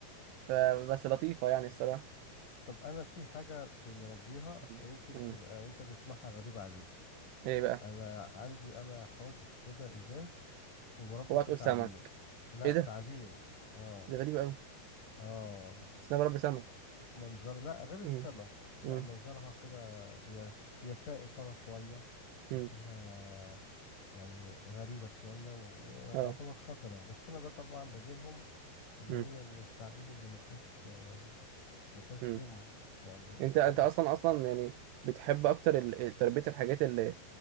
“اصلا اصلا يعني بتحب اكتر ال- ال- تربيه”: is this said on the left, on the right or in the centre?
Right